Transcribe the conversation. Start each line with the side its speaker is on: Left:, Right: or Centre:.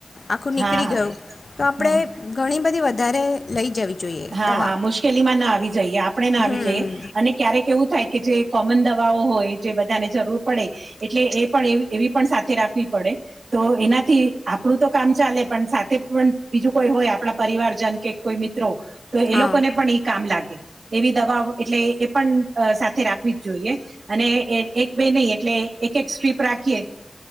Left: આખું નીકળી
Right: હા હા
Left: ગયું તો આપણે
Right: હમ
Left: ઘણી બધી વધારે લઈ જવી જોઈએ
Right: હા
Left: દવા
Right: હા મુશ્કેલી માં ના આવી જઈએ આપણે ના
Left: હમ
Right: આવી જઈએ અને ક્યારેક એવું થાય કે જે કોમન દવાઓ હોય જે બધાને જરૂર પડે એટલે એ પણ એ એવી પણ સાથે રાખવી પડે. તો એનાથી આપણું તો કામ ચાલે પણ સાથે પણ બીજું કોઈ હોય આપણા પરિવારજન કે કોઈ મિત્રો તો એ
Left: હા
Right: લોકોને
Left: હા
Right: પણ એઈ કામ લાગે એવી દવા એટલે એ પણ સાથે રાખવી જ જોઈએ અને એ એક બે નહી એટલે એક એક સ્ટ્રીપ રાખીએ